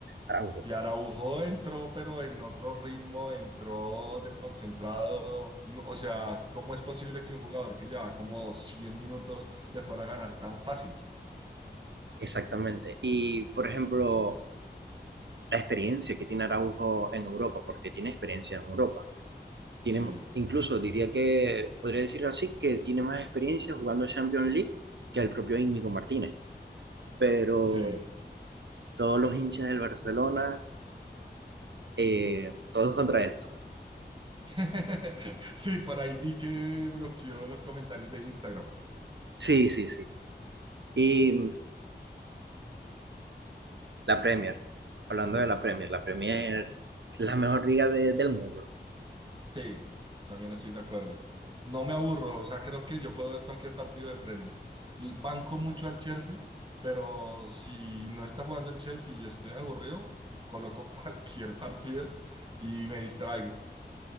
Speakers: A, on the right; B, on the right.
A: Araujo,
B: Y Araujo entró, pero en otro ritmo, entró desconcentrado. No, O sea, ¿cómo es posible que un jugador que lleva como 100 minutos le fuera a ganar tan fácil?
A: exactamente. Y, por ejemplo, la experiencia que tiene Araujo en Europa, porque tiene experiencia en Europa. tiene,
B: Sí,
A: incluso diría que, podría decir así, que tiene más experiencia jugando Champions League que el propio Íñigo Martínez. Pero
B: sí.
A: todos los hinchas del Barcelona, eh, todos contra él.
B: <laughs> Sí, por ahí vi que bloqueó los comentarios de Instagram.
A: Sí, sí, sí. Y mm, la Premier, hablando de la Premier, la Premier, la mejor liga de- del mundo,
B: Sí, también estoy de acuerdo. No me aburro, o sea, creo que yo puedo ver cualquier partido de Premier. L- Banco mucho al Chelsea, pero si no está jugando el Chelsea y yo estoy aburrido, coloco <laughs> cualquier partido y me distraigo.